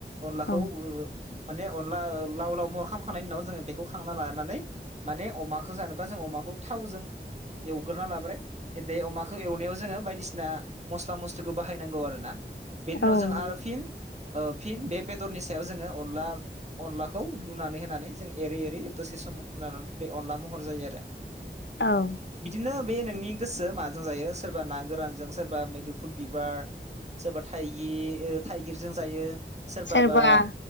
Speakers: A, on the right (about 35°); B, on the left (about 80°).
A: अनलाखौ
B: औ औ
A: माने अनला लाव लाव मरखामखांनायनि उनाव जोंङो बेखौ थांना लानानै माने अमाखौ जानोबा जों अमाखौ थावजों एवग्रोना लाब्राय बे अमाखौ एवनायाव जोङो बायदिसिना मस्ला मस्लिखौ बाहायनांगौ आरो ना बेनि
B: औ
A: उनाव जों
B: नंगौ
A: आरो फिन फिन बे बेदरनि सायाव जोंङो अनला अनलाखौ लुनानै होनानै जों एरै एरै दसे समाव खनानै बे अनला महर जायो आरो
B: औ
A: बिदिनो बे नोंनि गोसो माजों जायो सोरबा ना गोरानजों सोरबा मैदुफुल बिबार सोरबा थाइगिर थाइगिरजों जायो। सोरबाबा
B: सोरबा